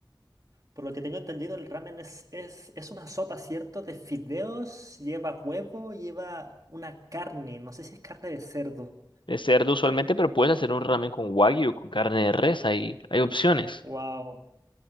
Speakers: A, on the right (about 45°); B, on the left (about 75°).
A: Por lo que tengo entendido, el ramen es, es, es una sopa, ¿cierto? De fideos, lleva huevo, lleva una carne, no sé si es carne de cerdo.
B: es cerdo usualmente, pero puedes hacer un ramen con wagyu, con carne de res, hay, hay opciones.
A: Wow.